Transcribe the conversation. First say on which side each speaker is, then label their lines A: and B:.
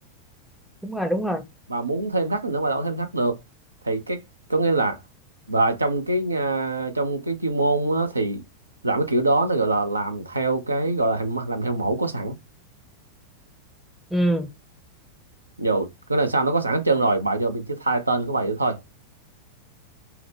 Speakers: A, in the centre; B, on the right.
A: đúng rồi đúng rồi
B: bà muốn thêm thắt nữa bà đâu có thêm thắt được thì cái có nghĩa là và trong cái à, trong cái chuyên môn á, thì làm cái kiểu đó nó gọi là làm theo cái gọi là hình- làm theo mẫu có sẵn
A: ừ
B: dù cái là sao nó có sẵn hết trơn rồi bà vô mình chỉ thay tên của bà vậy thôi